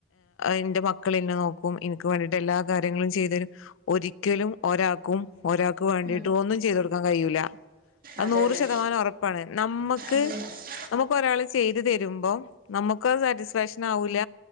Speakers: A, on the left (about 80°); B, on the right (about 45°).
A: ഇന്റെ മക്കള് ഇന്നെ നോക്കും ഇൻക്ക് വേണ്ടിട്ട് എല്ലാ കാര്യങ്ങളും ചെയ്തരും. ഒരിക്കലും ഒരാക്കും ഒരാക്ക് വേണ്ടിട്ട്
B: ഉം
A: ഒന്നും ചെയ്ത് കൊടുക്കാം കയ്യൂല. അത്
B: അതെ
A: നൂറ്
B: അതെ
A: ശതമാനം ഒറപ്പാണ് നമ്മക്ക്
B: ഉം ഉം
A: നമുക്ക് ഒരാള് ചെയ്ത് തരുമ്പം നമുക്കത് സാറ്റിസ്ഫാഷന ആവുല